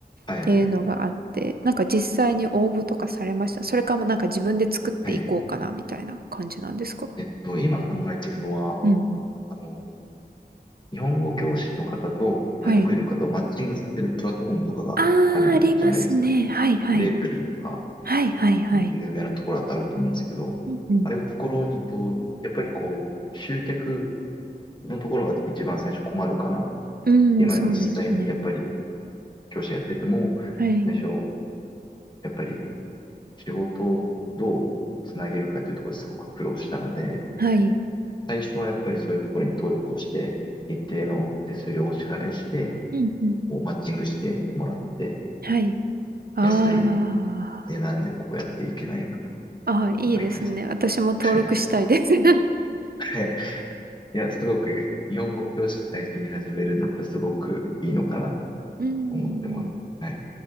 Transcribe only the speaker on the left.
あ、はい。
うん。
はい。えっと、今考えてるのは、
あの、日本語教師の方と外国人の方をマッチングさせるプラットフォームとかがあるじゃないですか。
プレイプリとか。
有名なところだとあると思うんですけど、
ああいうところにと、やっぱりこう、集客のところが一番最初困るかな。
今実際やっぱり
教師やってても、
最初やっぱり仕事をどうつなげるかっていうところですごく苦労したので、
最初はやっぱりそういうところに登録をして、一定の手数料をお支払いして、
こうマッチングしてもらって、
安い値段でこうやっていけないかな、
考えてます。
はい。
はいいや、すごく、日本語教師最初に始めるんだったらすごくいいのかなって
思ってます。はい。